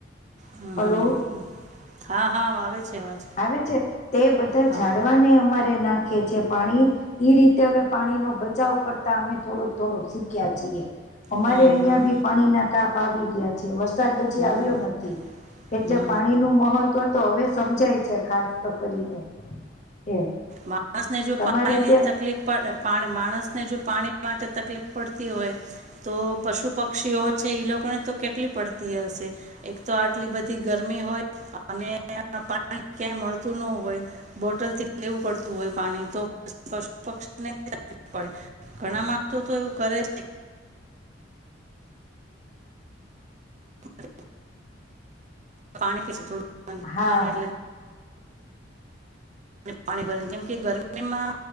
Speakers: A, on the right; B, on the left.
A: હમ
B: હલો
A: હમમ હા હા આવે છે અવાજ
B: આવે છે તે બધા
A: હા
B: જાડવાને અમારે નાખે છે પાણી એ રીતે હવે પાણી નો બચાવ કરતા અમે થોડોક થોડોક શીખ્યા છીએ અમારે
A: હમ
B: અહિયાં
A: હમ
B: બી પાણીના કાપ આવી ગયા છે વ વરસાદ હજી
A: હમ,
B: આવ્યો નથી એટલે
A: હમ,
B: પાણી નું મહત્વ તો હવે સમજાય છે ખાસ કરીને એમ
A: માણસ ને જો
B: તમારે
A: પાણી ની
B: ત્યાં
A: તકલીફ પડે પા માણસને જો પાણી માટે તકલીફ પડતી હોય તો પશુ પક્ષીઓ છે ઈ લોકોને તો કેટલી પડતી હશે એક, તો આટલી બધી ગરમી હોય, અને પાણી ક્યા મળત તુ ન હોય, બોટલથી લેવું પડતું હોય, પાણી તો પશુ પક્ષીનેું પડે ઘણા માણસો, તો એવું કરે છે. કે પાણી, થોડુંવાનું
B: હા
A: એટલે <inaudible> પાણી ભરીને કેમ કે ગરમીમા